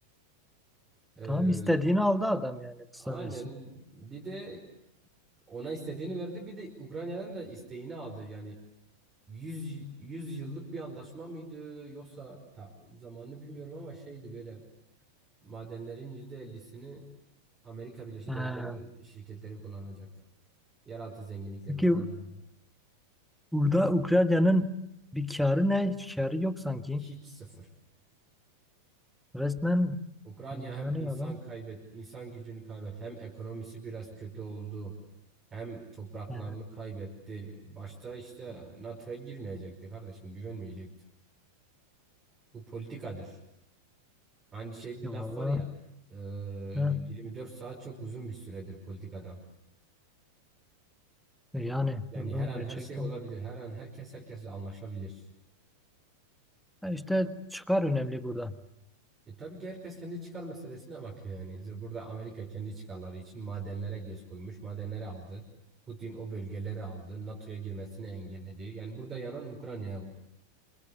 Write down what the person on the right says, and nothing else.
E,
aynen bir de ona istediğini verdi bir de Ukrayna'dan da isteğini aldı. Yani 100 100 yıllık bir anlaşma mıydı yoksa ta, zamanını bilmiyorum ama şeydi böyle madenlerin yüzde elli'sini Amerika Birleşik
Devletleri'nin şirketleri kullanacak. Yeraltı zenginlikleri
Ukrayna'nın
hiç sıfır.
Ukrayna
hem
insan
kaybet, insan gücünü kaybetti, hem ekonomisi biraz kötü oldu, hem topraklarını
kaybetti. Başta işte NATO'ya girmeyecekti kardeşim, güvenmeyecekti. Bu politikadır. Hani şey bir
laf
var ya, e,
24 saat çok uzun bir süredir politikada.
Yani
her an
her şey olabilir, her an herkes herkesle anlaşabilir.
E tabii ki herkes kendi çıkar meselesine bakıyor yani. İşte burada Amerika kendi çıkarları için madenlere göz koymuş, madenleri aldı. Putin o bölgeleri aldı, NATO'ya girmesini engelledi. Yani burada yanan Ukrayna'ya oldu.